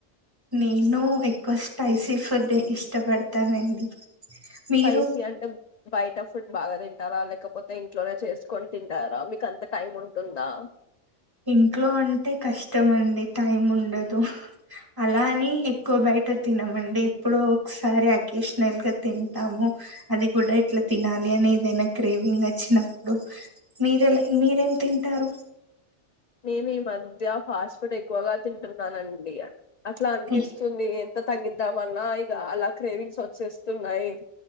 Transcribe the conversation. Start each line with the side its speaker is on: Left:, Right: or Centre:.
Right: నేను ఎక్కువ స్పైసీ ఫుడ్ ఇష్టపడతానండి మీరు
Left: స్పైసీ అంటే బయట ఫుడ్ బాగా తింటారా లేకపోతే ఇంట్లోనే చేసుకొని తింటారా మీక అంత టైం ఉంటుందా
Right: ఇంట్లో అంటే కష్టమండి టైం ఉండదు అలాని ఎక్కువ బయట తినమండి ఎప్పుడో ఒకసారి అకేషనల్గా తింటాము అది కూడా ఇట్లా తినాలి అని ఏదైనా క్రేవింగ్ వచ్చినప్పుడు మీరలా మీరేం తింటారు
Left: నేను ఈ మధ్య ఫాస్ట్ ఫుడ్ ఎక్కువగా తింటున్నానండి అట్లా అనిపిస్తుంది
Right: అయ్,
Left: ఎంత తగ్గిద్దామన్నా ఇక అలా క్రేవింగ్స్ వచ్చేస్తున్నాయి